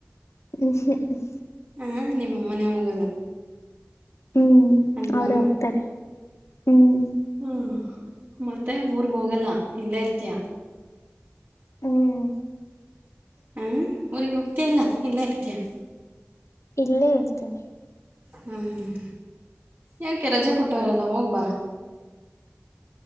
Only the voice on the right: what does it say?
ಹಾ ನಿಮ್ಮಮ್ಮನ ಹೋಗೋದು.
ಅಲ್ವಾ
ಹ್ಞೂ ಮತ್ತೆ ಊರ್ಗ್ ಹೋಗಲ್ಲ ಹಿಂದೆ ಇರ್ತಿಯ.
ಹ ಅವಊರಿಂಗೋಗ್ತ ಇಲ್ಲ ಇಲ್ಲೇ ಇರ್ತಯ.
ಹ್ಮ್ ಹ್ಮ್ ಯಾಕೆ ರಜಾ ಕೊಟ್ಟವ್ರಲ್ಲ ಹೋಗ್ಬಾ.